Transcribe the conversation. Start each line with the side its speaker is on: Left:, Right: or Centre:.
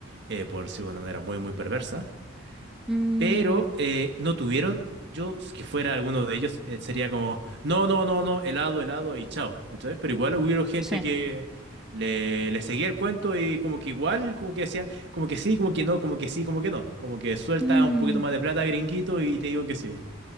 Right: eh, por decirlo de una manera muy, muy perversa.
Centre: Mm,
Right: Pero eh, no tuvieron, yo, si que fuera alguno de ellos, eh, sería como, no, no, no, no, helado, helado y chao, ¿cachai? Pero igual hubo gente
Centre: sí.
Right: que le, le seguía el cuento y como que igual, como que decía, como que sí, como que no, como que sí, como que no, como que suelta
Centre: Mm,
Right: un poquito más de plata, gringuito, y te digo que sí.